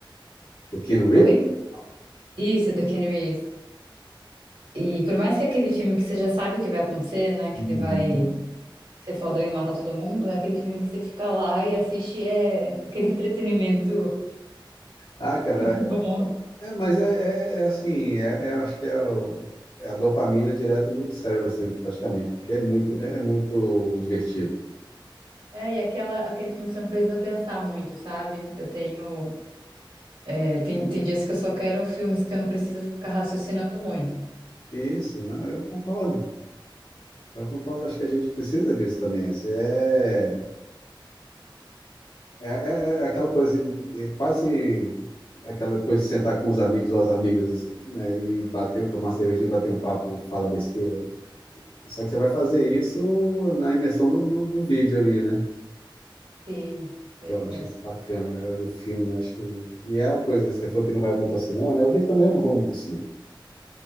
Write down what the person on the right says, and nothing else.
Oi? Isso, do Keanu Reeves. E por mais que aquele filme que você já sabe o que vai acontecer, né? Que
ele vai ser fodão e matar todo mundo, é aquele filme que você fica lá e assiste, é aquele entretenimento
<laughs> bom.
É, e aquela, aquele filme que você não precisa pensar muito, sabe? Eu tenho. é, tem, tem dias que eu só quero filmes que eu não preciso ficar raciocinando muito.
Sim, pois
é.